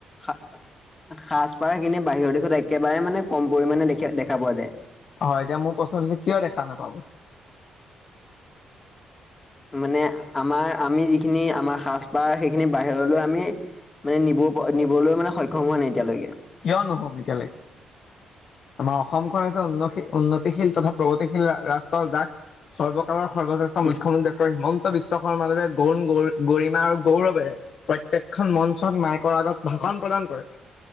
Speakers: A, on the left (about 20°); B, on the left (about 55°).
A: সা সাজ-পাৰ খিনি বাহিৰৰ দেশত একেবাৰে মানে কম পৰিমাণে দেখ দেখা পোৱা যায়।
B: হয় এতিয়া মোৰ প্ৰশ্নটো হৈছে কিয় দেখা নাপাব।
A: মানে আমাৰ আমি যিখিনি আমাৰ সাজপাৰ সেইখিনি বাহিৰলৈ আমি। মানে নিব নিবলৈ মানে সক্ষম হোৱা নাই এতিয়ালৈকে।
B: কিয় নহম বিকালে। আমাৰ অসমখন হৈছে উন্নতি উন্নতিশীল তথা প্ৰগতিশীল ৰাষ্ট্ৰ যাক। সৰ্বকালৰ সৰ্বশ্ৰেষ্ঠ
A: উম।
B: মুখ্যমন্ত্ৰী ডঃ হিমন্ত বিশ্ব শৰ্মাদেৱে তৰুণ গগৈ গৰিমা আৰু গৌৰৱে। প্ৰত্যেকখন মঞ্চত মাইকৰ আগত ভাষণ প্ৰদান কৰে।